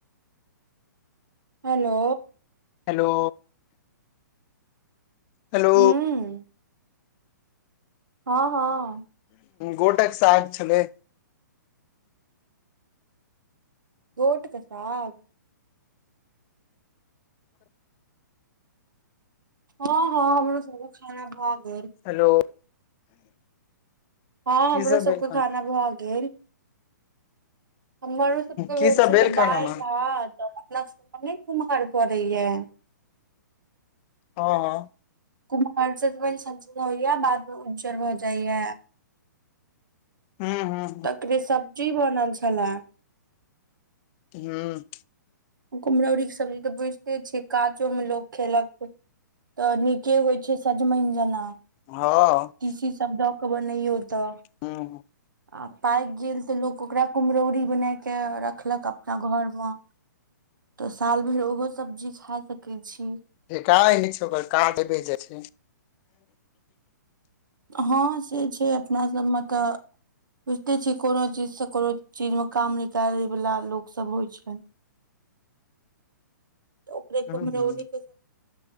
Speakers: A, on the right; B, on the left.
A: हेलो
B: हेलो हेलो
A: हूंम्म हँ हँ
B: गोटक साग छलै
A: गोट क साग हँ हँ हमरो सबके खाना भऽ गेल
B: हेलो
A: हँ
B: की
A: हमरो
B: सब
A: सबके
B: भेल
A: खाना भऽ गेल हमरो सबके
B: की
A: भेल
B: सब
A: छलै
B: खाना
A: दालि
B: मे
A: भात अपना सबके एम्हर नहि कुम्हार कड़ैये
B: हँ हँ
A: कुम्हर सजिमन सन जे होइये बाद मे उज्जर भऽ जाइये
B: हँ हँ
A: तकरे सब्जी बनल छले
B: हूंम्म
A: कुम्हरौरी के सब्जी तऽ बुझिते छियै काजो मे लोको खेलक तऽ नीके होइ छै सजमनि जेना
B: हँ
A: तीसी सब दऽ के बनैयो तऽ
B: हूँ
A: आ पाइक गेल तऽ लोक ओकरा कुम्हरौरी बने के रखलक अप अपना घरमे तऽ साल भरि ओहो सब्जी खे स कै छी
B: <unintelligible> जेथिन
A: हँ से छै अपनासभमे तऽ बुझिते छियै कोनो चीज से कोनो चीजमे काम निकालै बला लोक सब होइ छै तऽ कुम्हरौरी
B: हूँ हूँ
A: के सब्जी